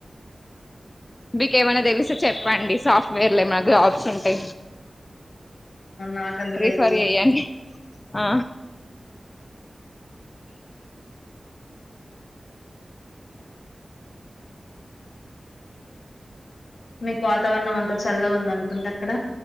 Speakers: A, on the left (about 30°); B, on the left (about 80°).
A: మీకు ఏమైనా తెలిస్తే చెప్పండి సాఫ్ట్వేర్ లో ఏమైనా జాబ్స్ ఉంటె
B: నాకంత తెలీదండి
A: రిఫర్ చెయ్యండి ఆ
B: మీకు వాతావరణం అంత చల్లగ ఉందనుకుంట అక్కడ